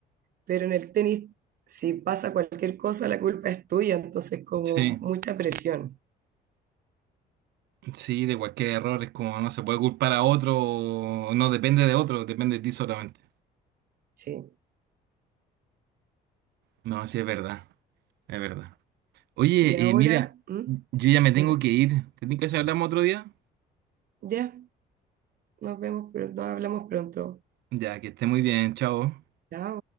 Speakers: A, on the right (about 60°); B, on the right (about 80°).
A: pero en el tenis, si pasa cualquier cosa, la culpa es tuya, entonces como
B: sí,
A: mucha presión,
B: sí, de cualquier error es como no se puede culpar a otro, o no depende de otro, depende de ti solamente.
A: sí.
B: No, sí, es verdad, es verdad. Oye,
A: Y ahora,
B: eh, mira,
A: ¿Mm?
B: yo ya me tengo
A: dime,
B: que ir. ¿Te que si hablamos otro día?
A: ya, nos vemos, pero nos hablamos pronto.
B: Ya, que esté muy bien, chao.
A: Chao.